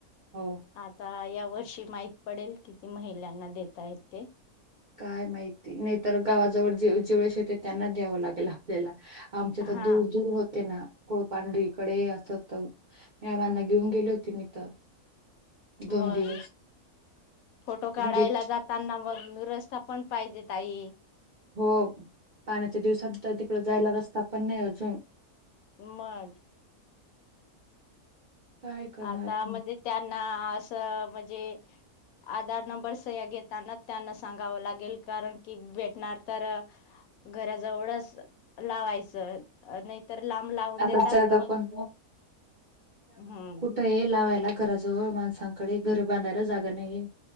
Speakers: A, on the right (about 60°); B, on the left (about 75°).
A: हो
B: आता या वर्षी माहीित पडेल किती महिलांना दता आहेत ते
A: काय माहिती नाहीतर गावाजवळ जे जेवढ शेते त्यांना द्यावं लागेल आपल्याला आमच्या
B: हा
A: तर दूर दूर होते ना कोुळपांढरी कडे असं मेळमांना घेऊन गेली होती मी तर दोन
B: मग
A: दिवस
B: फोटो काढायला
A: घरी
B: जाताना मग रस्ता पण पाहिजे ताई
A: हो पाण्याच्या दिवसात तर तिकड जायला रस्ता पण नाही अजून
B: मग
A: काय करणार
B: आता
A: आपण
B: म्हणजे त्यांना म्हणजे आधार नंबर सह्या घताना त्यांना सांगा लागेल कारण की भेटणार तर घराजवळ लावायच तर लांब लावून
A: आता
B: देतात
A: जागा
B: मग
A: पण
B: हम्म
A: हे लावायला घराजवळ माणसांकडे घरं बांधायला जागा नाही